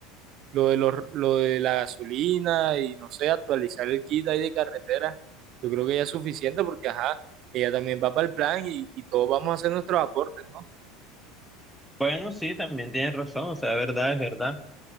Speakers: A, on the right; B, in the centre.
A: lo de los, lo de la gasolina y no sé, actualizar el kit ahí de carretera, yo creo que ya es suficiente porque ajá, ella también va para el plan y, y todos vamos a hacer nuestros aportes, ¿no?
B: Bueno, sí, también tienes razón, o sea, es verdad, es verdad.